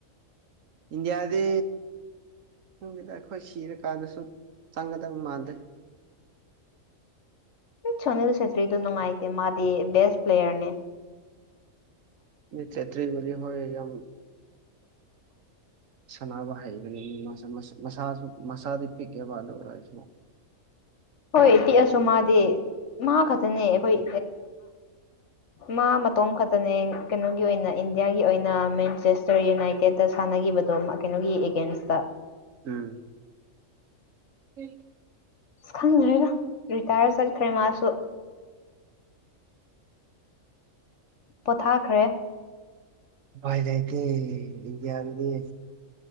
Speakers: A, on the right; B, on the left.
A: ꯏꯟꯗꯤꯌꯥꯗꯤ ꯈꯨꯡꯗꯨꯗ ꯑꯩꯈꯣꯏ ꯁꯤꯔꯀꯥꯟꯗꯁꯨ ꯆꯪꯒꯗꯕ ꯃꯥꯟꯗꯦ <inaudible>
B: ꯁꯣꯅꯤꯜ ꯁꯦꯇ꯭ꯔꯤꯗꯨꯣ ꯅꯨꯡꯉꯥꯏꯇꯦ ꯃꯥꯗꯤ ꯕꯦꯁ ꯄ꯭ꯂꯦꯌꯔꯅꯦ
A: ꯆꯩꯇ꯭ꯔꯤ ꯋꯥꯔꯤ ꯍꯣꯏ ꯌꯥꯝ ꯁꯥꯟꯅꯕ ꯍꯩꯕꯅꯤ ꯃꯤ ꯃꯥꯁ ꯃꯁꯥꯁꯨ ꯃꯁꯥꯗꯤ ꯄꯤꯛꯑꯦꯕ ꯑꯗꯨ ꯑꯣꯏꯔꯁꯃ
B: ꯍꯣꯏ ꯄꯤꯛꯑꯁꯨ ꯃꯥꯗꯤ ꯃꯥ ꯈꯛꯇꯅꯦ ꯑꯩꯈꯣꯏ ꯃꯥ ꯃꯇꯣꯝ ꯈꯛꯇꯅꯦ ꯀꯩꯅꯣꯒꯤ ꯑꯣꯏꯅ ꯏꯟꯗꯤꯌꯥꯒꯤ ꯑꯣꯏꯅ ꯃꯦꯟꯆꯦꯁ ꯔ ꯌꯨꯅꯥꯏꯇꯦꯠꯇ ꯁꯥꯟꯅꯈꯤꯕꯗꯣ ꯀꯩꯅꯣꯒꯤ ꯑꯦꯒꯦꯟꯁꯇ
A: ꯎꯝ ꯎꯝ
B: ꯑꯁ ꯈꯪꯗ꯭ꯔꯦꯗ ꯔꯤꯇꯥꯌꯔ ꯆꯠꯈ꯭ꯔꯦ ꯃꯥꯁꯨ ꯄꯣꯊꯥꯈ꯭ꯔꯦ
A: ꯥꯏꯜꯥꯏꯇꯩ ꯏꯟꯗꯤꯌꯥꯗꯤ